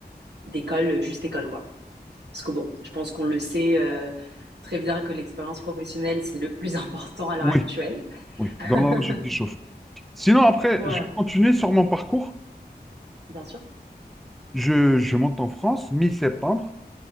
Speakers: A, on the right; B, in the centre.
A: d'école, euh, juste école, quoi. Parce que bon, je pense qu'on le sait euh, très bien que l'expérience professionnelle, c'est le plus <laughs> important à l'heure
B: oui,
A: actuelle.
B: oui.
A: <laughs>
B: Dans la logique des chauffe. Sinon, après,
A: Voilà.
B: je vais continuer sur mon parcours.
A: Bien sûr.
B: Je, je monte en France, mi-septembre,